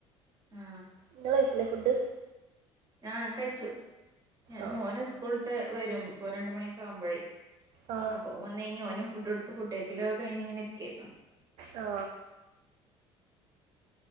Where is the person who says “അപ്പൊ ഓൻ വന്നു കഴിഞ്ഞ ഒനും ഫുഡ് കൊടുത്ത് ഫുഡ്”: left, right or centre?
Right